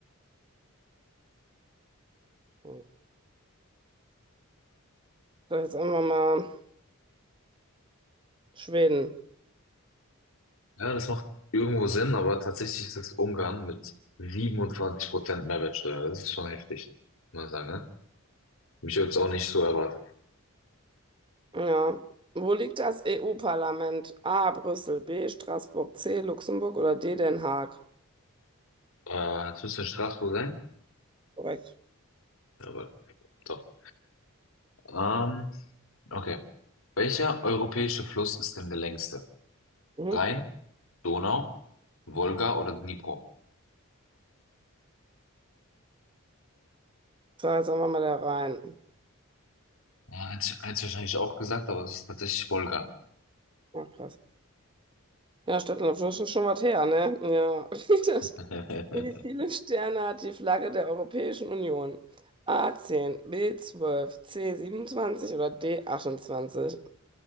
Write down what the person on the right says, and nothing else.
Mhm. So, jetzt einfach mal Schweden.
Ja. Wo liegt das EU-Parlament? A. Brüssel, B. Straßburg, C. Luxemburg oder D. Den Haag.
Korrekt.
Mhm.
So, jetzt einfach mal da rein.
Ach, krass. Ja, Stadtland, das ist schon was her, ne? Ja. <laughs> Das,
wie viele Sterne hat die Flagge der Europäischen Union? a zehn b zwölf c siebenundzwanzig oder d achtundzwanzig